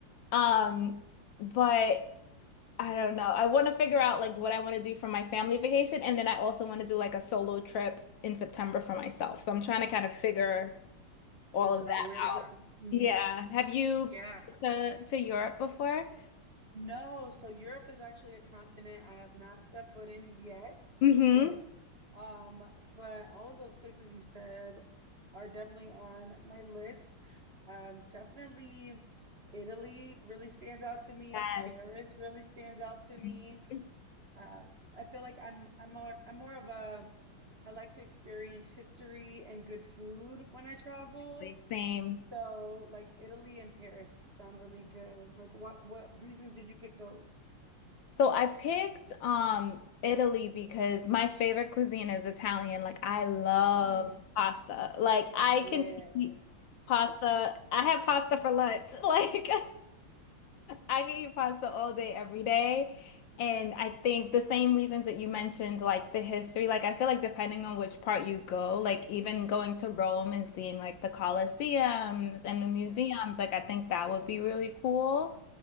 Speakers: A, on the left (about 70°); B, on the right (about 40°).
A: Um, but I don't know. I want to figure out like what I want to do for my family vacation, and then I also want to do like a solo trip in September for myself. So I'm trying to kind of figure all
B: Figure
A: of that
B: out where to
A: out.
B: go. Mm.
A: Yeah. Have you
B: Yeah.
A: been to to Europe before?
B: No, so Europe is actually a continent I have not stepped foot in yet.
A: Mm-hmm.
B: Yet. Um, but all of those places you said are definitely on my list. Um, definitely Italy really stands out to me.
A: Yes.
B: Paris really stands out to me.
A: Mm-hmm.
B: Uh, I feel like I'm I'm more I'm more of a I like to experience history and good food when I travel.
A: Exactly. Same.
B: So, like Italy and Paris sound really good. Like, what what reasons did you pick those?
A: So I picked um Italy because my favorite cuisine is Italian. Like I love
B: Mm,
A: pasta. Like I
B: yeah.
A: can eat pasta. I have pasta for lunch. <laughs> Like I can eat pasta all day, every day. And I think the same reasons that you mentioned, like the history, like I feel like depending on which part you go, like even going to Rome and seeing like the Colosseums and the museums,
B: Yes,
A: like I think that would be really cool.